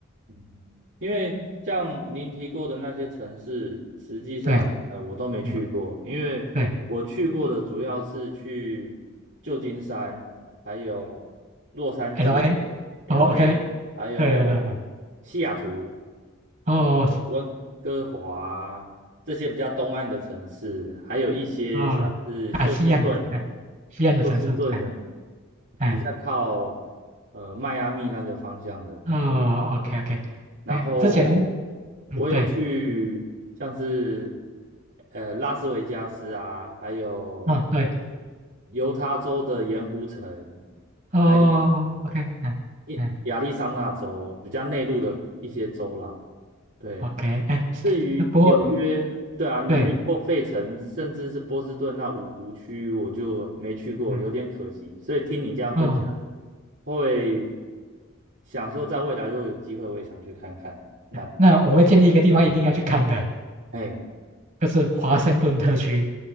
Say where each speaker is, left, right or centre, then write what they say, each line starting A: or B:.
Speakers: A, on the right (about 60°); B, on the right (about 35°).
A: 嗯，因为像您提过的那些城市，实际上呃我都没去过，
B: 对，嗯，
A: 因为我去过的主要是去旧金山，
B: 对
A: 还有洛杉矶、
B: ，OK，LA，
A: LA，
B: 哦，OK，
A: 还有西雅图，
B: 对对对对，
A: 还有温哥华这些比较东岸的城市，
B: 哦。
A: 还有一些像是休斯顿、
B: 哦，啊，西安，哎，西安的城市，
A: 休斯顿的
B: 哎，哎，
A: 比较靠呃迈阿密那个方向的。
B: 哦，OK OK，
A: 然后
B: 哎，之前，
A: 我有去像是
B: 嗯，对，
A: 呃拉斯维加斯啊，还有
B: 嗯，对，
A: 犹他州的盐湖城，
B: 哦，OK，
A: 还有
B: 哎，
A: 一亚利桑那州比较内陆的一些州啦。
B: 嗯
A: 对，
B: o k 哎，
A: 至于纽约，
B: 不过，
A: 对啊，纽约或费城，
B: 对，
A: 甚至是波士顿那五湖区，我就没去过，
B: 嗯，
A: 有点可惜。所以听你这样分享，
B: 哦，
A: 会想说在未来如果有机会，我也想去看看那。
B: 那我会建立一个地方一定要去看的，
A: 哎。
B: 就是华盛顿特区，